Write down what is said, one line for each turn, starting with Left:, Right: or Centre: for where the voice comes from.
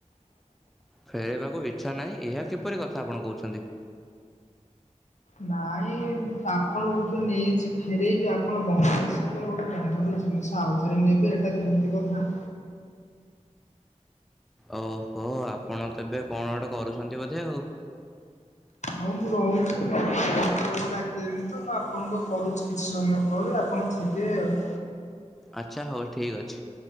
Centre: ଫେରାଇବାକୁ ଇଚ୍ଛା ନାହିଁ ଏହା କିପରି କଥା ଆପଣ କହୁଛନ୍ତି?
Left: ନାଇଁ ଆପଣଙ୍କଠୁ ନେଇଚି ଫେରେଇବି ଆପଣ ବନ୍ଧୁ ହିସାବରେ ଗୋଟେ ବନ୍ଧୁର ଜିନିଷ ଆଉ ଫେରେଇନେବେ ଏଇଟା କେମିତି କଥା?
Centre: ଓହୋ ଆପଣ ତେବେ କଣ ଗୋଟେ କରୁଛନ୍ତି ବୋଧେ ଆଉ।
Left: ହଉ ମୁଁ ରହୁଚି ମୋ ଘର ଲୋକ ଡାକିଲେଣିତ ମୁଁ ଆପଣଙ୍କୁ କରୁଚି କିଛି ସମୟ ପରେ ଆପଣ ଥିବେ ଆଉ
Centre: ଆଚ୍ଛା ହଉ ଠିକ୍ ଅଛି।